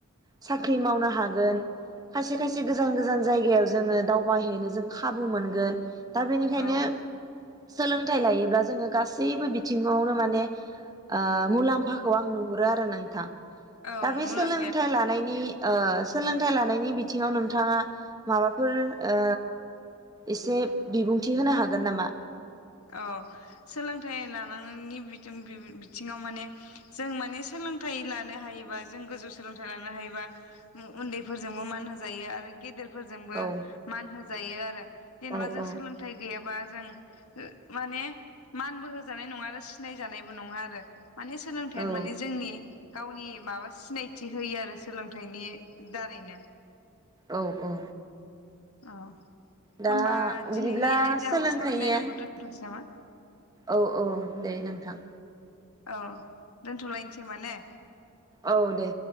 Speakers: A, on the right (about 15°); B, on the left (about 85°).
A: साख्रि मावनो हागोन। खायसे खायसे गोजान गोजान जायगायाव जोङो दावबायहैनो जों खाबु मोनगोन। दा बेनिखायनो
B: औ
A: सोलोंथाइ लायोब्ला जोङो गासैबो बिथिङावनो माने आ मुलाम्फाखौ आं नुहुरो आरो नोंथां।
B: औ
A: दा बे
B: मुलाम
A: सोलोंथाइ लानायनि ओ ओ सोलोंथाइ लानायनि बिथिङाव नोंथाङा माबाफोर ओ इसे बिबुंथि होनो हागोन नामा?
B: अ सोलोंथाइ लानांनायनि बिथिं बि-बि-बिथिङाव माने जों माने सोलोंथाइ लानो हायोबा जों गोजौ सोलोंथाइ लानो हायोबा उन्दैफोरजोंबो मान होजायो आरो गेदेर फोरजोंबो
A: औ
B: मान होजायो आरो जेनेबा
A: औ
B: जों
A: औ
B: सोलोंथाइ गैयाबा जों उम माने मानबो होजानाय नङा आरो सिनाय जानायबो नङा आरो। माने सोलोंथाइआ
A: औ
B: माने जोंनि गावनि माबा सिनायथि होयो आरो सोलोंथाइनि दारैनो
A: औ औ
B: औ
A: दा
B: होमबा
A: बिदिब्ला
B: दिनैनि आयदाायाव
A: सोलोंथाइया
B: सावरायनाय आयदाखौथ' सेमा
A: औ औ दे नोंथां।
B: औ दोनथ'लायनोसै नामा ने?
A: औ दे।